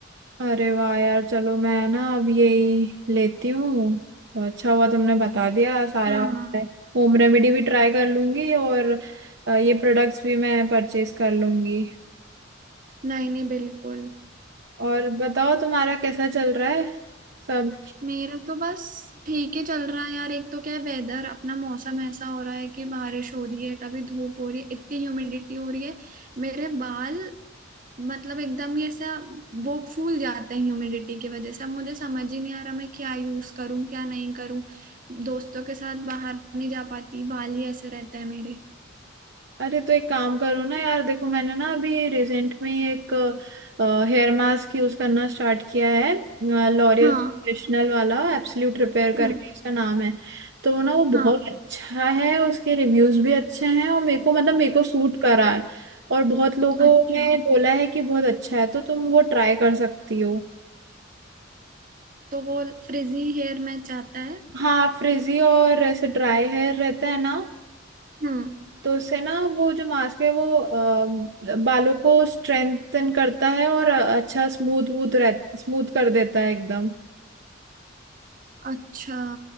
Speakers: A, on the right (about 60°); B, on the right (about 45°).
A: अरे वाह यार चलो मैं ना अब यही लेती हूँ तो अच्छा हुआ तुमने बता दिया सारा
B: हाँ
A: होम रेमेडी भी ट्राई कर लूंगी और अ, ये प्रोडक्ट्स भी मैं परचेज कर लूंगी
B: नहीं नहीं बिल्कुल
A: और बताओ तुम्हारा कैसा चल रहा है सब
B: मेरा तो बस ठीक ही चल रहा है यार एक तो क्या है वेदर अपना मौसम ऐसा हो रहा है कि बारिश हो रही है कभी धूप हो रही है इतनी ह्यूमिडिटी हो रही है मेरे बाल मतलब एकदम ही ऐसा वो फूल जाते हैं ह्यूमिडिटी की वजह से अब मुझे समझ ही नहीं आ रहा मैं क्या यूज करूं क्या नहीं करूं दोस्तों के साथ बाहर नहीं जा पाती बाल ही ऐसे रहते हैं मेरे
A: अरे तो एक काम करो ना यार देखो मैंने ना अभी रिसेंट में ही एक हेयर मास्क यूज करना स्टार्ट किया है लॉरियल
B: हाँ
A: प्रोफेशनल वाला एब्सोल्यूट रिपेयर करके
B: हम्म
A: इसका नाम है तो ना वो
B: हाँ
A: बहुत अच्छा है उसके रिव्यूज भी अच्छे हैं और मेरे को मतलब मेरे को सूट करा है और बहुत लोगों
B: अच्छा
A: ने बोला है कि बहुत अच्छा है तो तुम वो ट्राई कर सकती हो
B: तो वो फ्रिजी हेयर में चाहता है
A: हाँ फ्रिजी और ऐसे ड्राई हेयर रहता है ना
B: हम्म
A: तो उससे ना वो जो मास्क है वो अ, बालों को स्ट्रेंथन करता है और अच्छा स्मूथ वूथ रह स्मूथ कर देता है एकदम
B: अच्छा